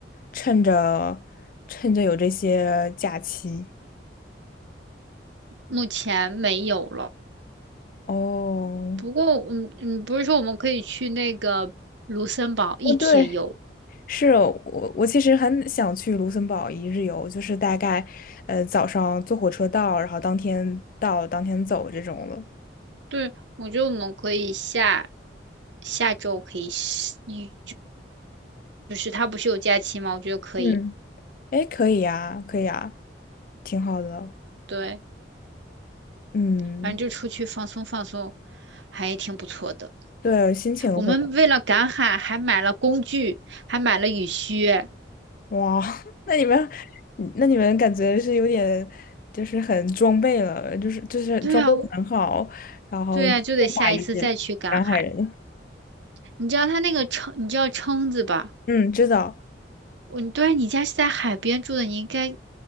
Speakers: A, on the left; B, on the right.
A: 趁着趁着有这些假期。
B: 目前没有了，
A: 哦，
B: 不过嗯嗯，不是说我们可以去那个卢森堡一天游，
A: 哦，对，是我，我其实很想去卢森堡一日游，就是大概，呃，早上坐火车到，然后当天到，当天走这种的。
B: 对，我觉得我们可以下下周可以是，一就是他不是有假期吗？我觉得可以，
A: 嗯，哎，可以呀，可以呀，挺好的。
B: 对，
A: 嗯，
B: 反正就出去放松放松，还挺不错的。
A: 对，心情会，
B: 我们为了赶海还买了工具，还买了雨靴。
A: 哇，<laughs> 那你们，嗯那你们感觉是有点，就是很装备了，就是就是装备的很好，
B: 对呀，
A: 然后剑拔一帜，
B: 对呀，就得下一次再去赶海。
A: 南海人。
B: 你知道它那个撑，你知道撑子吧？
A: 嗯，知道，
B: 我对你家是在海边住的，你应该，